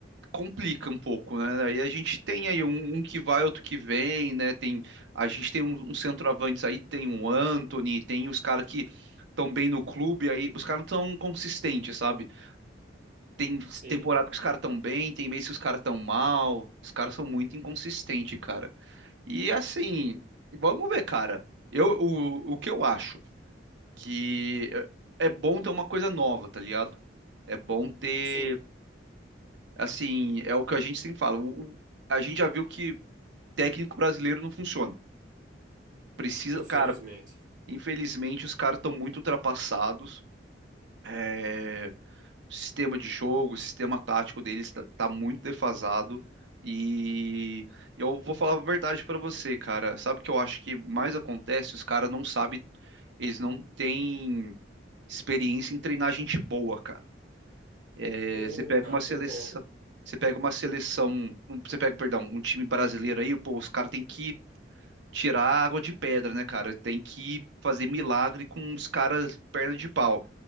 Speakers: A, on the right; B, on the right.
A: complica um pouco, né? Aí a gente tem aí um, um que vai, outro que vem, né? Tem, a gente tem uns um, centroavantes aí, tem um Anthony, tem os caras que estão bem no clube, aí os caras não tão consistentes, sabe? Tem
B: Sim,
A: temporada que os caras estão bem, tem mês que os caras estão mal, os caras são muito inconsistentes, cara. E assim, vamos ver, cara. Eu, o, o que eu acho que é é bom ter uma coisa nova, tá ligado? É bom ter
B: sim,
A: assim, é o que a gente sempre fala. o- o- a gente já viu que técnico brasileiro não funciona. Precisa,
B: infelizmente.
A: cara, infelizmente os caras estão muito ultrapassados. É, o sistema de jogo, o sistema tático deles tá, tá muito defasado. E eu vou falar a verdade pra você, cara. Sabe o que eu acho que mais acontece? Os caras não sabem, eles não têm experiência em treinar gente boa, cara. É,
B: Ô,
A: você pega
B: cara,
A: uma
B: eu
A: seleção,
B: concordo.
A: você pega uma seleção, um- você pega, perdão, um time brasileiro aí, pô, os caras têm que tirar a água de pedra, né, cara? Tem que fazer milagre com os caras perna de pau.